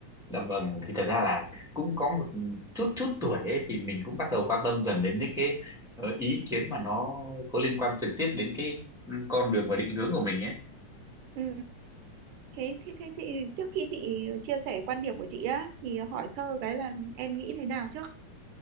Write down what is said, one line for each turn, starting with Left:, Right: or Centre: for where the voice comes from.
Centre: Dạ vâng, thì thật ra là cũng có một chút chút tuổi ấy thì mình cũng bắt đầu quan tâm dần đến những cái ờ, ý kiến mà nó có liên quan trực tiếp đến cái ừ, con đường và định hướng của mình ấy
Right: Ừ. Thế, thế, thế, thế trước khi chị chia sẻ quan điểm của chị á thì hỏi sơ cái là em nghĩ thế nào trước?